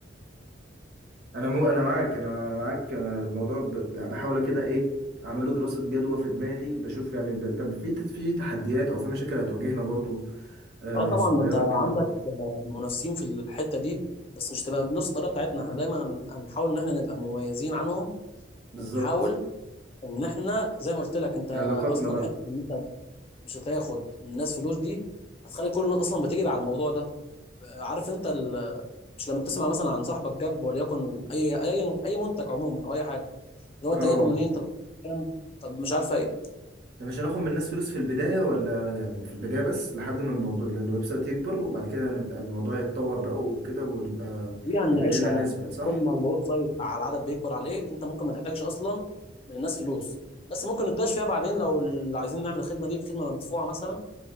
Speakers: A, on the right (about 55°); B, on the left (about 30°).
A: انا مو انا معاك انا معاك انا الموضوع ب... ب- بحاول كده ايه اعمل له دراسة جدوى في دماغي بشوف يعني ب... طب في في تحديات او في مشاكل هتواجهنا برضو آه
B: اه طبعا
A: صغيرة
B: ما انت عندك
A: كده
B: منافسين في الحته دي بس مش تبقى بنفس الطريقه بتاعتنا احنا دايما هن- هنحاول ان احنا نبقى مميزين عنهم
A: بالظبط
B: ونحاول ان احنا زي ما قلت لك انت
A: علاقاتنا
B: اصلا
A: بقى
B: حته ان انت مش هتاخد من الناس فلوس دي هتخلي كل الناس اصلا بتجري على الموضوع ده عارف انت ال... مش لما بتسمع مثلا عن صاحبك جاب وليكن اي اي اي منتج عموما او اي حاجه لو
A: اه
B: انت جايبه منين طب كام طب مش عارف إيه،
A: ده مش هناخد من الناس فلوس في البداية ولا يعني في البداية بس لحد ما الموضوع الويب سايت يكبر وبعد كده هنبقى الموضوع يتطور بقى وكده ونبقى
B: دي هنناقشها
A: يبقى لنا نسبة صح؟
B: طول ما الاوت سايد مع العدد بيكبر عليه انت ممكن ما تحتاجش اصلا من الناس فلوس بس ممكن نتناقش فيها بعدين لو ال- عايزين نعمل الخدمه دي بخدمه مدفوعه مثلا